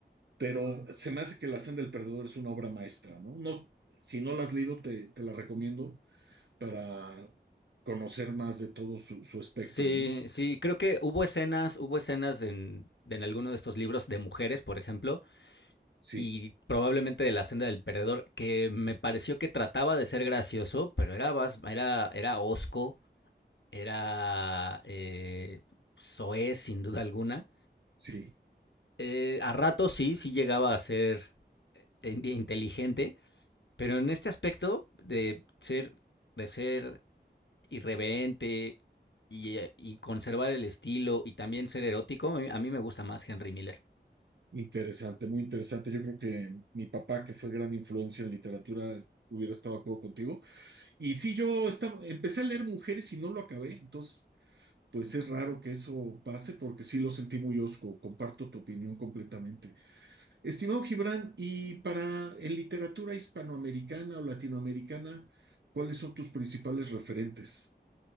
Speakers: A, on the right; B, on the left.
A: pero se me hace que La Senda del Perdedor es una obra maestra, ¿no? No, si no la has leído, te, te la recomiendo para conocer más de todo su, su espectro,
B: Sí,
A: ¿no?
B: sí, creo que hubo escenas, hubo escenas en, en alguno de estos libros de mujeres, por ejemplo,
A: Sí,
B: y probablemente de La senda del perdedor, que me pareció que trataba de ser gracioso, pero era, bas- era, era hosco, era eh, soez, sin duda alguna.
A: sí,
B: Eh, a ratos sí, sí llegaba a ser in- inteligente, pero en este aspecto de ser, de ser irreverente y, eh, y conservar el estilo y también ser erótico, a mí, a mí me gusta más Henry Miller.
A: interesante, muy interesante. Yo creo que mi papá, que fue gran influencia en literatura, hubiera estado de acuerdo contigo. Y sí, yo estaba, empecé a leer Mujeres y no lo acabé, entonces... Pues es raro que eso pase porque sí lo sentí muy osco. Comparto tu opinión completamente. Estimado Gibran, y para en literatura hispanoamericana o latinoamericana, ¿cuáles son tus principales referentes?